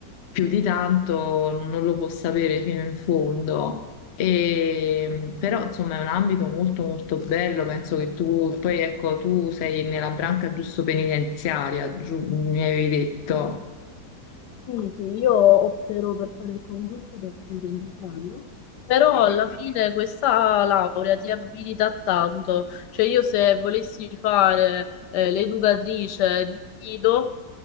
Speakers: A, on the left; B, on the left.
A: più di tanto non lo può sapere fino in fondo. E, però insomma è un ambito molto molto bello, penso che tu poi ecco tu sei nella branca giusto penitenziaria, giu- mi avevi detto.
B: Sì, sì, io opterò per fare il concorso per presenziario, però alla fine questa laurea ti abilita a tanto. Cioè io se volessi fare eh, l'educatrice di nido,